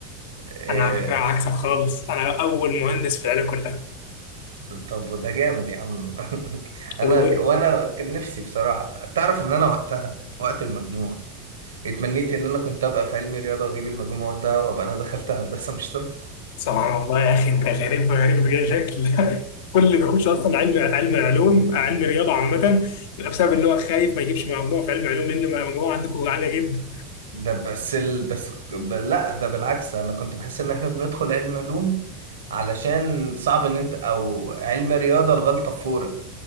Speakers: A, on the right; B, on the left.
A: آه،
B: انا على فكره عكسك
A: ف-
B: خالص انا اول مهندس في العيله كلها
A: طب ده جامد يا عم <laughs> انا
B: و- و-
A: ك... وانا كان نفسي بصراحه تعرف ان انا وقتها وقت المجموع اتمنيت ان انا كنت ابقى في علمي رياضه واجيب المجموع ده وابقى انا دخلت هندسه مش طب <laughs>
B: سبحان الله يا اخي انت غريب غريب بجد شكل <laughs> كل اللي بيخش اصلا علم علم علوم علم رياضه عامه بسبب ان هو خايف ما يجيبش مجموع في علم علوم لان المجموع عندكم عاليه جدا
A: ده بس ال... بس ب... لا ده بالعكس انا كنت بحس ان احنا بندخل علم علوم علشان صعب ان انت او علم رياضه الغلطه فورا